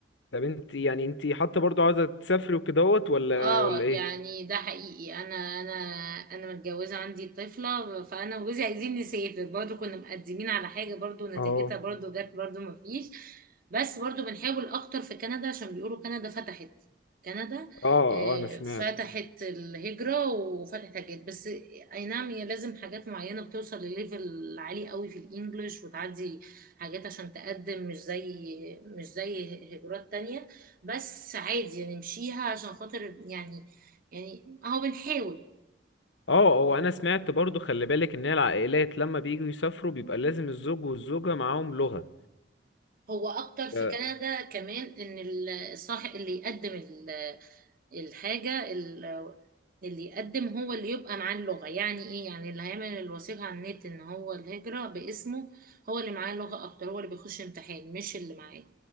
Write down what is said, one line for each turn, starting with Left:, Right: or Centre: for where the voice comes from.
Left: طب انت يعني انت حتى برضو عاوزه تسافري وكدهوت ولا
Right: اه
Left: ولا ايه
Right: يعني ده حقيقي انا انا انا متجوزه عندي طفله فانا وجوزي عايزين نسافر برضو كنا مقدمين على حاجه برضو نتيجتها
Left: اه
Right: برضو جت برضو مفيش بس برضو بنحاول اكتر في كندا عشان بيقولوا كندا فتحت كندا
Left: اه
Right: آه،
Left: اه انا سمعت
Right: فتحت الهجره وفتحت حاجات بس اي نعم هي لازم حاجات معينه بتوصل لليفل عالي قوي في الانجليش وتعدي حاجات عشان تقدم مش زي مش زي هجرات تانية بس عادي يعني نمشيها عشان خاطر يعني يعني اهو بنحاول
Left: اه هو انا سمعت برضو خلي بالك ان هي العائلات لما بييجوا يسافروا بيبقى لازم الزوج والزوجة معاهم لغة
Right: هو اكتر في
Left: آه،
Right: كندا كمان ان ال- الصاحب اللي يقدم ال- الحاجة ال- اللي يقدم هو اللي يبقى معاه اللغة يعني ايه يعني اللي هيعمل الوثيقة على النت ان هو الهجرة باسمه هو اللي معاه اللغة اكتر هو اللي بيخش امتحان مش اللي معاه